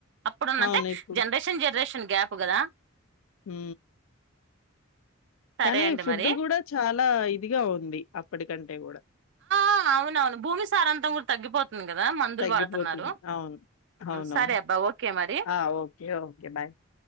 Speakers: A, on the right (about 60°); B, on the left (about 80°).
A: అప్పుడున్నంతె
B: అవును. ఇప్పుడు
A: జనరేషన్ జరేషన్ గ్యాప్ కదా
B: ఊ
A: సరే
B: కానీ
A: అండి
B: ఫుడ్
A: మరి
B: కూడా చాలా ఇదిగా ఉంది అప్పటికంటే గూడా
A: ఆ అవునవును భూమి సారాంతం కూడా తగ్గిపోతుంది కదా మందులు
B: తగ్గిపోతుంది.
A: వాడుతున్నారు
B: అవును. అవునవును.
A: సరే అబ్బా ఓకే మరి
B: ఆ ఓకే ఓకే బాయ్